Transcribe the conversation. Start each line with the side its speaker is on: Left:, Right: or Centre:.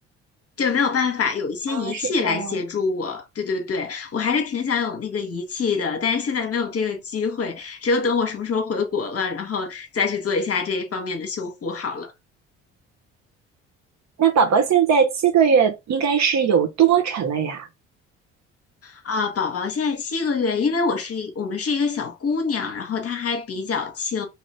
Left: 就没有办法，有一些仪器来协助我。
Right: 啊，是这样。
Left: 对对对，我还是挺想有那个仪器的，但是现在没有这个机会，只有等我什么时候回国了，然后再去做一下这一方面的修复好了。
Right: 那宝宝现在七个月，应该是有多沉了呀？
Left: 啊，宝宝现在七个月，因为我是一，我们是一个小姑娘，然后她还比较轻。